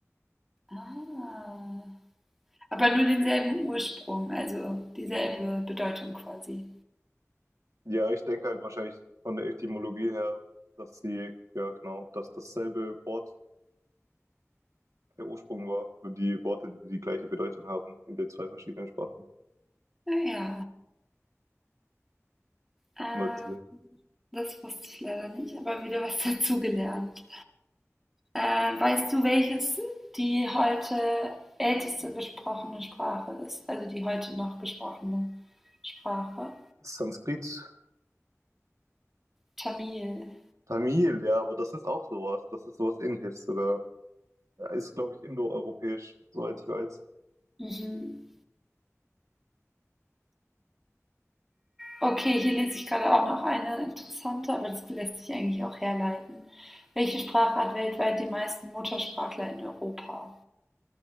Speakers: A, in the centre; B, on the right (about 80°).
A: Ah. Aber nur denselben Ursprung, also dieselbe Bedeutung quasi.
B: Ja, ich denke halt wahrscheinlich von der Etymologie her, dass sie, ja genau, dass dasselbe Wort der Ursprung war für die Worte, die die gleiche Bedeutung haben in den zwei verschiedenen Sprachen.
A: Naja, äh,
B: Immer diese
A: das wusste ich leider nicht, aber wieder was dazugelernt. Äh, weißt du, welches die heute älteste gesprochene Sprache ist? Also die heute noch gesprochene Sprache?
B: Sanskrit,
A: Tamil.
B: Tamil, ja, aber das ist auch sowas. Das ist sowas Ähnliches sogar. Ja, ist, glaube ich, indoeuropäisch, soweit ich weiß.
A: Mhm. Okay, hier lese ich gerade auch noch eine interessante, aber das lässt sich eigentlich auch herleiten. Welche Sprache hat weltweit die meisten Muttersprachler in Europa?